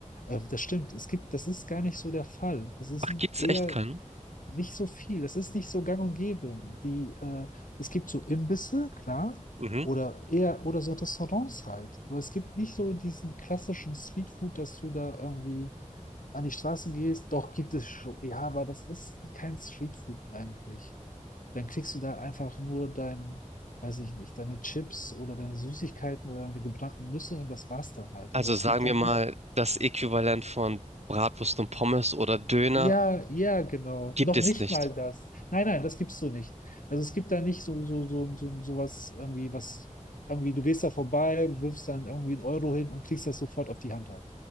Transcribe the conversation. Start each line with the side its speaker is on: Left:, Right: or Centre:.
Left: Äh, das stimmt, es gibt, das ist gar nicht so der Fall. Es ist
Right: Ach, gibt's
Left: eher
Right: echt keinen?
Left: nicht so viel. Es ist nicht so gang und gäbe. Die, äh, es gibt so Imbisse, klar,
Right: Mhm.
Left: oder eher oder so Restaurants halt. Aber es gibt nicht so diesen klassischen Streetfood, dass du da irgendwie an die Straße gehst. Doch gibt es schon. Ja, aber das ist kein Streetfood eigentlich. Dann kriegst du da einfach nur dein, weiß ich nicht, deine Chips oder deine Süßigkeiten oder deine gebrannten Nüsse und das war's dann halt.
Right: Also
Left: Aber es
Right: sagen
Left: gibt dann
Right: wir mal,
Left: nicht
Right: das Äquivalent von Bratwurst und Pommes oder Döner
Left: Ja, ja, genau.
Right: gibt
Left: Noch
Right: es
Left: nicht
Right: nicht.
Left: mal das. Nein, nein, das gibst du nicht. Also es gibt da nicht so, so, so, so, so was irgendwie, was irgendwie, du gehst da vorbei, wirfst dann irgendwie einen Euro hin und kriegst das sofort auf die Hand halt.